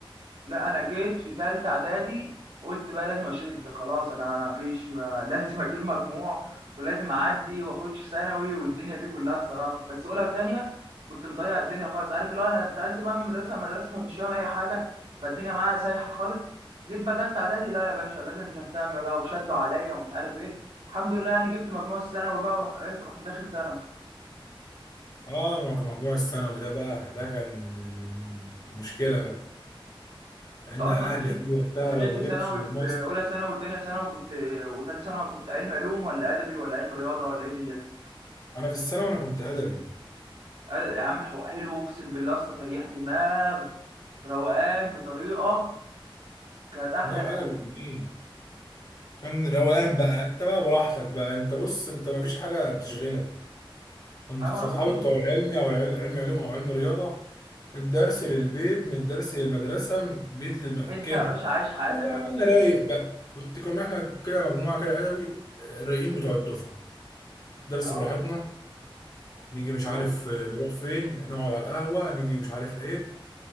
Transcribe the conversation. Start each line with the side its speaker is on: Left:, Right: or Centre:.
Right: لا انا جيت في تالتة اعدادي قلت بقى لازم اشد خلاص انا ما فيش <laughs> ما لازم اجيب مجموع ولازم اعدي واخش ثانوي والدنيا دي كلها الصراحه بس اولى وتانية كنت مضيع الدنيا خالص عارف اللي هو انا اتنقلت بقى من مدرسه لمدرسه فمش فاهم اي حاجه فالدنيا معايا سايحه خالص جيت بقى تالتة اعدادي لا يا باشا لازم تهتم بقى وشدوا عليا ومش عارف ايه الحمد لله يعني جبت مجموع الثانوي بقى وروح ايه رحت داخل ثانوي
Left: اه انا كان مجموع الثانوي ده بقى ده كان المشكله بقى لان
Right: انت اصلا
Left: اهلي
Right: دخلت
Left: قالوا لي وقتها
Right: دخلت
Left: لو ما
Right: ثانوي
Left: جبتش المجموع
Right: في
Left: الس-
Right: اولى ثانوي وثانيه ثانوي كنت وثالثه ثانوي كنت علم علوم ولا ادبي ولا علم رياضه ولا ايه دنيا
Left: انا في الثانوي انا كنت ادبي
Right: يا عم حو- حلو اقسم بالله اصلا تريح دماغ روقان بطريقه كانت احلى
Left: لا الادبي
Right: ناس
Left: جميل كان روقان بقى انت بقى براحتك بقى انت بص انت ما فيش حاجه بتشغلك كنت
Right: ايوه
Left: صحابي
Right: انا بقول
Left: بتوع العلمي او العل- علم علوم او علم رياضه من الدرس للبيت من الدرس للمدرسه من البيت للمدرسه
Right: انت
Left: كده
Right: يا باشا عايش حياتك
Left: لا بقى
Right: يا باشا
Left: انا رايق بقى كنت كنا احنا كده مجموعه كده ادبي آه، رايقين بتوع الدفعه درس
Right: اه
Left: براحتنا نيجي مش
Right: بروح
Left: عارف آه، نروح فين نقعد على القهوه نيجي مش عارف ايه